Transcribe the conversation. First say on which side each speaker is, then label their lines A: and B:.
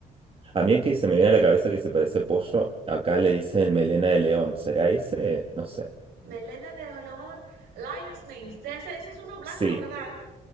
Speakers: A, on the right; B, on the right.
A: a mí el que se me viene a la cabeza que se parece pollo, acá le dicen melena de león. ¿Será ese? No sé.
B: Melena de olón, Lion's Mane, ese, ese es uno blanco,
A: Sí,
B: ¿verdad?